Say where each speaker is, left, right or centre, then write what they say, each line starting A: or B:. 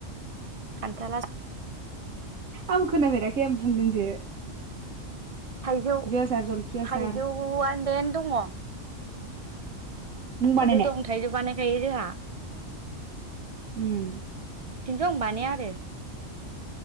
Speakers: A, on the right; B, on the right.
A: खान्थाल आसार
B: आंबो खोनाबेराखै आं बुंदोंसो
A: थाइजौ
B: आसार जलफि आसार
A: थाइजौआ देन दङ
B: मुं बानायनाय
A: थाइजौ दं थाइजौ बानायखायो जोंहा
B: उम
A: खिन्थु आं बानाया आरो